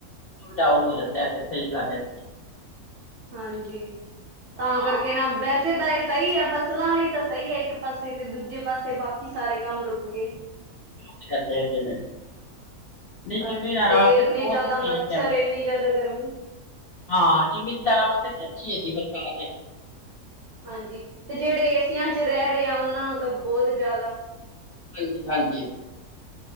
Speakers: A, on the left (about 70°); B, on the right (about 65°).
A: ਉਹ ਡਾਊਨ ਹੋ ਜਾਂਦਾ ਤੇ ਸਹੀ ਗੱਲ ਹੈ ਜੀ।
B: ਹਾਂਜੀ, ਤਾਂ
A: ਹਾਂ
B: ਕਰਕੇ ਵੈਸੇ ਤਾਂ ਇਹ ਸਹੀ ਹੈ, ਫਸਲਾਂ ਲਈ ਤਾਂ ਸਹੀ ਹੈ ਇੱਕ ਪਾਸੇ ਤੇ ਦੂਜੇ ਪਾਸੇ ਬਾਕੀ ਸਾਰੇ ਕੰਮ ਰੁਕ ਗਏ।
A: ਰੁਕ ਜਾਂਦੇ ਹੈਗੇ ਨੇ। ਨਹੀਂ ਜ਼ਿੰਮੇਦਾਰਾਂ
B: ਹਾਂਜੀ ਤੇ
A: ਵਾਸਤੇ
B: ਇੰਨੇ
A: ਤਾਂ ਬਹੁਤ
B: ਜ਼ਿਆਦਾ
A: ਅੱਛੀ
B: ਮੱਛਰ
A: ਹੈ ਇਸ ਟਾਈਮ।
B: ਇੰਨੀ ਜ਼ਿਆਦਾ ਗਰਮੀ
A: ਹਾਂ ਜ਼ਿਮੀਦਾਰਾਂ ਵਾਸਤੇ ਤੇ ਅੱਛੀ ਹੈਗੀ ਬਰਸਾਤ।
B: ਹਾਂਜੀ, ਤੇ ਜਿਹੜੇ ਏਸੀਆਂ ਚ ਰਹਿ ਰਹੇ ਆ ਉਹਨਾਂ ਨੂੰ ਤਾਂ ਬਹੁਤ ਜ਼ਿਆਦਾ।
A: ਹਾਂਜੀ-ਹਾਂਜੀ।